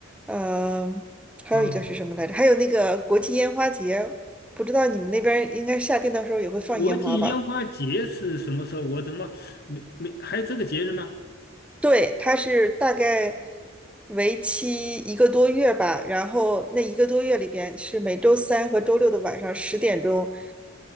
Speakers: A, in the centre; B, on the left.
A: 呃还有一个是什么来着？
B: 啊！
A: 还有那个国际烟花节，不知道你们那边儿应该夏天的时候也会放烟花吧？
B: 国际烟花节是什么时候？我怎么没没还有这个节日吗？
A: 对，它是大概为期一个多月吧，然后那一个多月里边是每周三和周六的晚上十点钟，